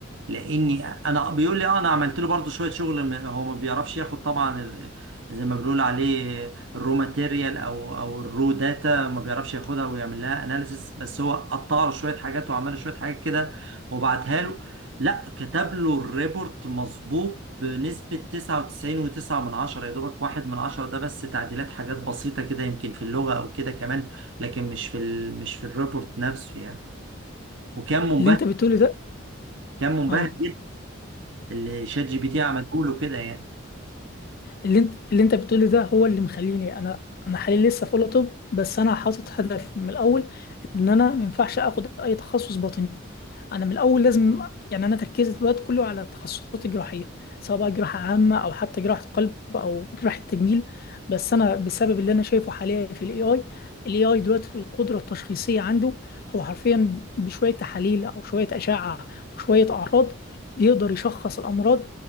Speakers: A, on the right; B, on the left.
A: لاني انا بيقول لي اه انا عملت له برضو شويه شغل م- هو ما بيعرفش ياخد طبعا ال- زي ما بنقول عليه الرو ماتيريال او او الرو داتا ما بيعرفش ياخدها ويعمل لها اناليسيس بس هو قطع له شويه حاجات وعمل له شويه حاجات كده وبعتها له لا كتب له الريبورت مظبوط بنسبه 99.9 من عشرة يا دوبك واحد من عشرة ده بس تعديلات حاجات بسيطه كده يمكن في اللغه او كده كمان لكن مش في ال... مش في الريبورت نفسه يعني وكان منبهر
B: اللي انت بتقوله ده
A: كان منبهر
B: اه
A: اللي شات جي بي تي عمله له كده يعني
B: اللي انت اللي انت بتقوله ده هو اللي مخليني انا انا حاليا لسه في اولى طب بس انا حاطط هدف من الاول ان انا ما ينفعش اخد اي تخصص باطني انا من الاول لازم يعني انا تركيزي الوقت كله على التخصصات الجراحيه سواء بقى جراحه عامه او حتى جراحه قلب او جراحه تجميل بس انا بسبب اللي انا شايفه حاليا في الاي اي الاي اي دلوقتي القدره التشخيصيه عنده هو حرفيا بشويه تحاليل او شويه اشعه وشويه اعراض بيقدر يشخص الامراض